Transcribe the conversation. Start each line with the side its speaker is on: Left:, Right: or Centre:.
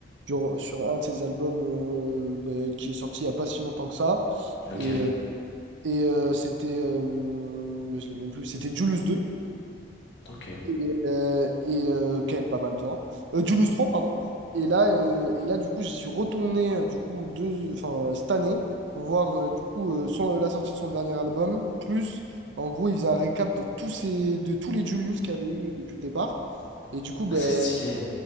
Right: sur, sur un de ses albums euh, ben, qui est sorti il n'y a pas si longtemps que ça.
Left: Lequel?
Right: Et, euh, et euh, c'était, euh, ben, je l'ai même plus, c'était Julius deux
Left: Ok.
Right: et, euh, et, euh, quand même pas mal de gens. Euh, Julius 3, pardon. Et là, euh, et là, du coup, j'y suis retourné euh, du coup, deux, enfin, euh, cette année, voir euh, du coup, euh, son- la sortie de son dernier album. Plus, en gros, il faisait un récap de tous, ces, de tous les Julius qu'il y avait eu depuis le départ. Et du coup, ben,
Left: Ah, c'est stylé.